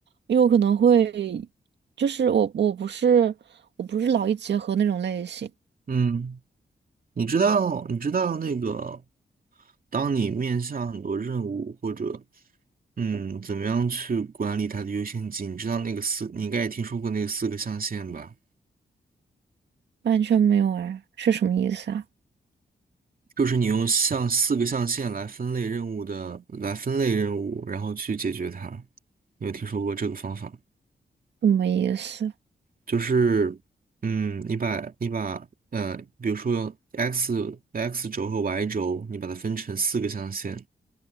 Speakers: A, on the right; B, on the right.
A: 因为我可能会，就是我我不是我不是劳逸结合那种类型，
B: 嗯。你知道，你知道那个，当你面向很多任务或者，嗯，怎么样去管理它的优先级？你知道那个四，你应该也听说过那个四个象限吧？
A: 完全没有哎，是什么意思啊？
B: 就是你用像四个象限来分类任务的，来分类任务，然后去解决它。你有听说过这个方法吗？
A: 什么意思？
B: 就是，嗯，你把你把呃，比如说 x x 轴和 y 轴，你把它分成四个象限，